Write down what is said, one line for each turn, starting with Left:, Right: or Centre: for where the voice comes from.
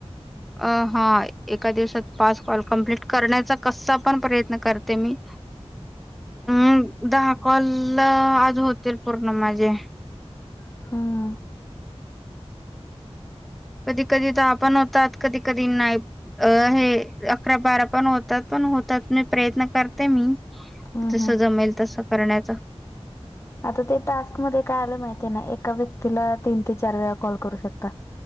Centre: अ हा एका दिवसात पाच कॉल कम्प्लीट करण्याचा कसा पण प्रयत्न करते मी. हम् दहा कॉल आज होतील पूर्ण माझे.
Left: हा.
Centre: कधी कधी दहा पण होतात कधी कधी नाही. अ हे अकरा बारा पण होतात पण होतात मी प्रयत्न करते मी.
Left: हम्म
Centre: जस
Left: हम्म
Centre: जमेल तस करण्याच.
Left: आता ते टास्कमध्ये काय आल माहिती आहे ना एका व्यक्तीला तीन ते चार वेळा कॉल करू शकता.